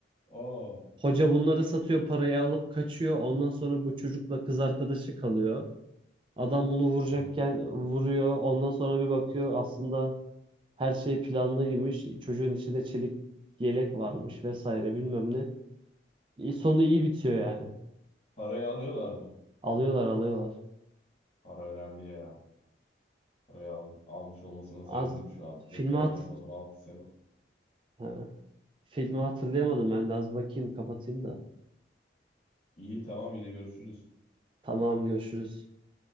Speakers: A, on the left; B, on the right.
A: Aa.
B: Hoca bunları satıyor, parayı alıp kaçıyor. Ondan sonra bu çocukla kız arkadaşı kalıyor. Adam bunu vuracakken
A: Hı hı.
B: vuruyor. Ondan sonra bir bakıyor aslında her şey planlıymış. Çocuğun içinde çelik yelek varmış vesaire bilmem ne. E, Sonu iyi bitiyor yani.
A: Parayı alıyorlar mı?
B: Alıyorlar alıyorlar.
A: Para önemli ya. Parayı al- almış olmasına
B: Az
A: sevindim şu an.
B: filmi
A: Pek hatırlayamadım.
B: hat
A: 6 sene.
B: ha. Filmi hatırlayamadım ben de az bakayım kapatayım da.
A: İyi tamam yine görüşürüz.
B: Tamam görüşürüz.